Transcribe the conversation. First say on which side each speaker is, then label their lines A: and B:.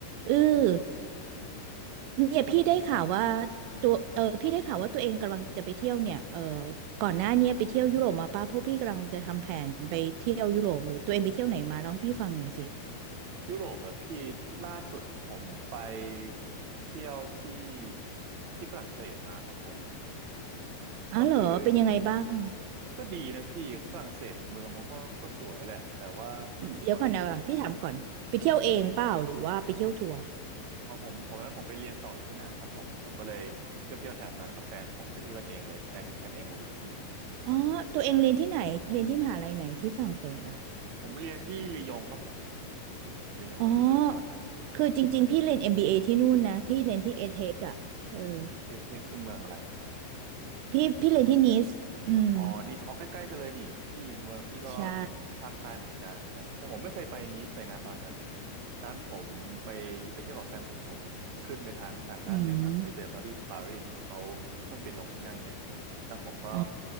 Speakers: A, on the right; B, on the right.
A: เออเนี่ยพี่ได้ข่าวว่า
B: สวัสดีครับ
A: ตัวเออพี่ได้ข่าวว่าตัวเองกำลังจะไปเที่ยวเนี่ยเออก่อนหน้าเนี้ยไปเที่ยวยุโรปมาป่ะเพราะพี่กำลังจะทำแผนไปเที่ยวยุโรปหรือตัวเองไปเที่ยวไหนมาเล่าให้พี่ฟังหน่อยสิ
B: ยุโรปเหรอพี่ล่าสุดผมไปเที่ยวที่ที่ฝรั่งเศสมาครับผม
A: อ๋อเหรอเป็นยังไงบ้าง
B: ก็คือก็ดีนะพี่ฝรั่งเศสเมืองมันก็ก็สวยแหละแต่ว่า
A: เดี๋ยวก่อนนะพี่ถามก่อนไปเที่ยวเองเปล่าหรือว่าไปเที่ยวทัวร์
B: พอเราพูดเอาผมผมนั้นผมไปเรียนต่ออยู่ที่นั่นครับผมผมก็เลยเที่ยวเที่ยวแถบนั้นกับแฟนผมไปเที่ยวกันเองเลยแพลนแพลนเองหมดเลยพี่
A: อ๋อตัวเองเรียนที่ไหนเรียนที่มหาลัยไหนที่ฝรั่งเศสอะ
B: ผมเรียนที่ลียงครับผมผมเรียนอยู่เมืองลียงตอนนั้น
A: อ๋อคือจริงๆพี่เรียน MBA ที่นู่นนะพี่เรียนที่เอเทคอะเออ
B: เอเทคคือเมืองอะไรอะครับ
A: พี่พี่เรียนที่นีสอืม
B: อ๋อนีสออกใกล้ๆกันเลยนี่พี่เมืองพี่ก็
A: ใช่
B: ภาคใต้เหมือนกันแต่แต่ผมไม่เคยไปนีสเลยนะตอนนั้นด้านผมไปไปเที่ยวกับแฟนผมผมขึ้นไปทางทางด้านเหนือไปเจอเขาที่ปารีสเพราะเขาเครื่องบินลงที่นั่นไง
A: อืม
B: แล้วผมก็
A: อ๋อ